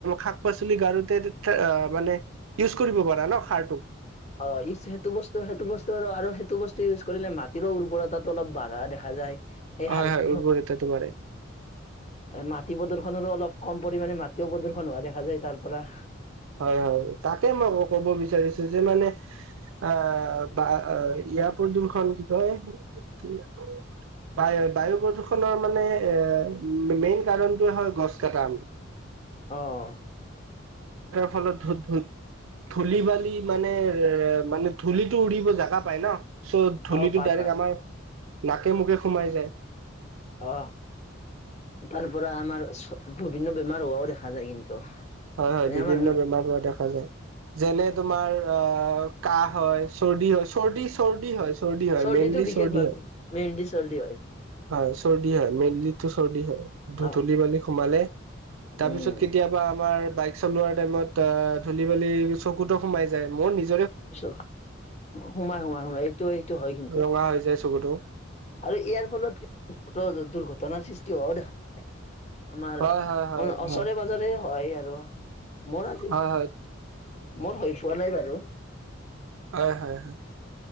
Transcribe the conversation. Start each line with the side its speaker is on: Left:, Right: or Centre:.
Right: শাক পাচলি গাৰোতে মানে ইউজ কৰিব পাৰা ন খাৰটো
Left: অ' ই সেইটো বস্তু সেইটো বস্তু আৰু আৰু সেইটো বস্তু ইউজ কৰিলে মাটিৰো উৰ্বৰতাো অলপ বাঢ়া দেখা যায়। এই
Right: হয়
Left: হালটো
Right: হয় উৰ্বৰতাটো বাঢ়ে
Left: মাটি প্ৰদূশনৰো অলপ কম পৰিমাণে মাটিও প্ৰদূষন হোৱা দেখা যায় তাৰ পৰা
Right: হয় হয় তাকে মই ক'ব বিচাৰিছো যে মানে আহ বা ইয়াৰ প্ৰ দুখন কি কয় কি বায়ু বায়ু প্ৰদূষণৰ মানে এ মেইন কাৰণটোৱে হয় গছ কটা আমি
Left: আহ
Right: ফলত ধ ধি বালি মানে মানে ধূলিটো উৰিব জোগা পাই ন চ' ধূলিটো
Left: অ পায়
Right: ডাইৰেক্ট
Left: পায়
Right: আমাৰ নাকে মুখে সোমাই যায়
Left: আহ তাৰ পৰা আমাৰ বিভিন্ন বেমাৰ হোৱাও দেখা যায় কিন্তু
Right: হয় হয়
Left: এনে
Right: বিভিন্ন
Left: আমাৰ
Right: বেমাৰ হোৱা দেখা যায় যেনে তোমাৰ অ কাহ হয় চৰ্দি হয় চৰ্দি চৰ্দি হয় চৰ্দি হয়
Left: চৰ্দিটো
Right: মেইনলি
Left: বিশেষ
Right: চৰ্দি
Left: ভাৱ
Right: হয়
Left: মেইনলি চৰ্দি হয়
Right: হয় চৰ্দি হয় মেইনলিতো চৰ্দি হয় ধুতলি
Left: অ
Right: মেলি সোমালে তাৰপিছত
Left: উম
Right: কেতিয়াবা আমাৰ বাই চলোৱা টাইমত অ ধূলি বালি চকুতো সোমাই যায় মোৰ নিজ
Left: চ হুমাই হুমাই হুমাই এইটো এইটো হয় কিন্তন্তু
Right: ৰঙা হৈ যায় চকুতো
Left: আৰু ইয়াৰ ফলত দুৰ্ঘটনাৰ সৃষ্টি হোৱাও দেখা নাই আমাৰ
Right: হয়
Left: অ
Right: হয় হয়
Left: ওচৰে
Right: হয়
Left: পাজৰে হয় আৰু মোৰ আজি
Right: হয় হয়
Left: মোৰ হৈ পোৱা নাই বাৰু
Right: হয়-হয়-হয়